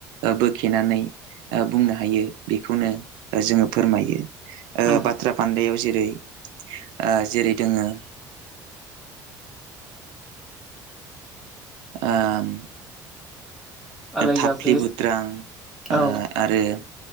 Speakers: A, on the right; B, in the centre.
A: ओ बोखेनानै आ बुंनो हायो बेखौनो ओ जोङो फोरमायो आ
B: उम
A: बाथ्रा फान्दायाव जेरै- आ जेरै दोङो आ आम
B: आलाय
A: थाफ्लि
B: जाब्रे
A: बुद्रां आ
B: औ
A: आरो